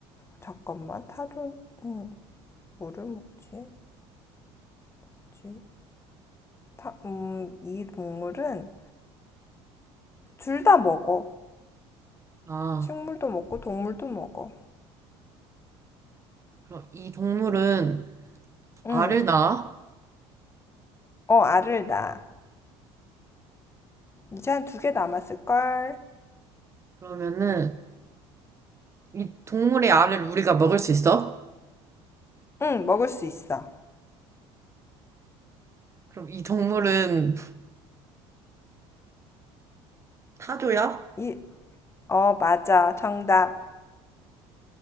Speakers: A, on the left; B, on the right.
A: 잠깐만, 타조, 음, 뭐를 먹지? 뭐지? 타, 음, 이 동물은 둘 다 먹어.
B: 아,
A: 식물도 먹고 동물도 먹어.
B: 그럼 이 동물은
A: 응.
B: 알을 낳아?
A: 어, 알을 낳아. 이제 한 두 개 남았을걸?
B: 그러면은 이 동물의 알을 우리가 먹을 수 있어?
A: 응, 먹을 수 있어.
B: 그럼 이 동물은 타조야?
A: 이, 어, 맞아. 정답.